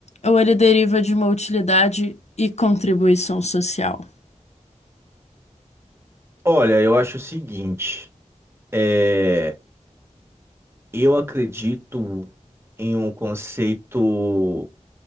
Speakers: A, on the left; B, on the right.
A: ou ele deriva de uma utilidade e contribuição social?
B: Olha, eu acho o seguinte. É... Eu acredito em um conceito